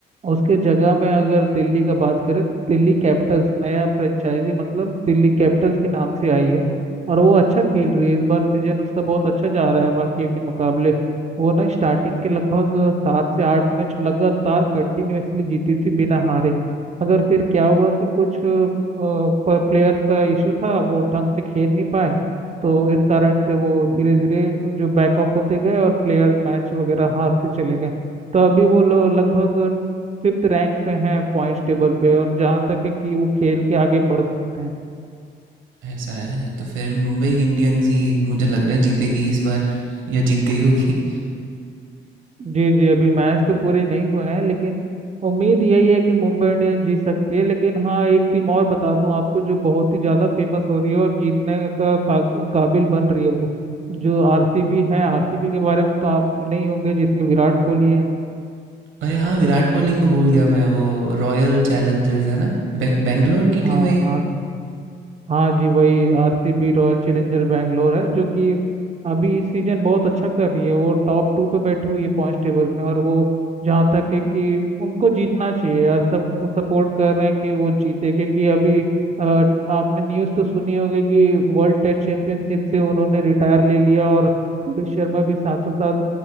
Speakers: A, on the right (about 35°); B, on the right (about 75°).
A: उसके जगह में अगर दिल्ली का बात करें तो दिल्ली कैपिटल्स नया फ्रेंचाइजी मतलब दिल्ली कैपिटल्स के नाम से आई है और वो अच्छा खेल रही है इस बार सीजन उसका बहुत अच्छा जा रहा है बाकियों के मुकाबले वो ना स्टार्टिंग के लगभग सात से आठ मैच लगातार कंटिन्यूअसली जीती थी बिना हारे अगर फिर क्या हुआ कि कुछ प्लेयर्स का इशू था वो ढंग से खेल नहीं पाए तो इस कारण से वो धीरे धीरे जो बैकअप होते गए और प्लेयर मैच वगैरह हारते चले गए तो अभी वो लोग लगभग फिफ्थ रैंक पे हैं पॉइंट्स टेबल पे और जहाँ तक है कि वो खेल के आगे बढ़ सकते हैं
B: ऐसा है तो फिर मुंबई इंडियंस ही मुझे लग रहा है जीतेगी इस बार या जीत गई होगी
A: जी जी अभी मैच तो पूरे नहीं हुए हैं लेकिन उम्मीद यही है कि मुंबई इंडियंस जीत सकती है लेकिन हाँ एक टीम और बता दूं आपको जो बहुत ही ज़्यादा फेमस हो रही है और जीतने का, का काबिल बन रही है वो जो आरसीबी है आरसीबी के बारे में तो आप सुने ही होंगे जिसमें विराट कोहली है
B: अरे हाँ विराट कोहली को भूल गया मैं वो रॉयल चैलेंजर्स है ना बे- बेंगलोर की
A: हाँ
B: टीम है ये
A: हाँ जी हाँ जी वही आरसीबी रॉयल चैलेंजर बैंगलोर है जो कि अभी इस सीजन बहुत अच्छा कर रही है वो टॉप टू पे बैठी हुई है पॉइंट टेबल में और वो जहाँ तक है कि उनको जीतना चाहिए यार सब सपोर्ट कर रहे हैं कि वो जीते क्योंकि अभी अ, आपने न्यूज़ तो सुनी होगी कि वर्ल्ड टेस्ट चैंपियनशिप से उन्होंने रिटायर ले लिया और रोहित शर्मा भी साथों साथ